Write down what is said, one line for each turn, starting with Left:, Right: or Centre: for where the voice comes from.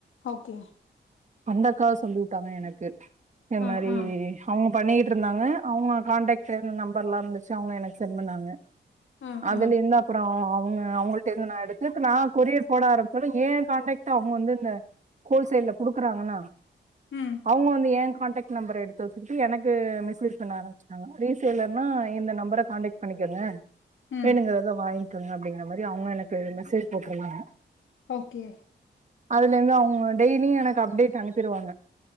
Left: ஓகே
Right: அந்தக்கா சொல்லியூட்டாங்க எனக்கு இத
Left: ஆ
Right: மாரி
Left: ஆ
Right: அவுங்க பண்ணீட்ருந்தாங்க அவுங்க காண்டாக்ட் இருந்த நம்பர்லா இருந்துச்சு அவங்க எனக்கு சென்ட் பண்ணாங்க
Left: ஆ
Right: அதுலயுந்தா
Left: ஆ
Right: அப்பறோ அவுங்க அவங்கள்ட்ட இருந்து நா எடுத்து இப்ப நா கொரியர் போட ஆரம்பிச்சாலு ஏ கான்டக்ட் அவங்க வந்து இந்த கோல்சேல்ல குடுக்கறாங்கன்னா
Left: ம்
Right: அவங்க வந்து ஏ கான்டக்ட் நம்பர் எடுத்து வச்சுக்கிட்டு எனக்கு மெசேஜ் பண்ண ஆரம்பிச்சாங்க ரீசேலர்னா என்னன் நம்பர கான்டக்ட் பண்ணிக்கங்க
Left: ம்
Right: வேணுங்கரத வாங் கங்க அப்டிங்கற மாரி அவங்க எனக்கு மெசேஜ் போட்டிருந்தாங்க
Left: ஓகே
Right: அதுல இருந்து அவுங்க டெய்லியு எனக்கு அப்டேட் அனுப்பிருவாங்க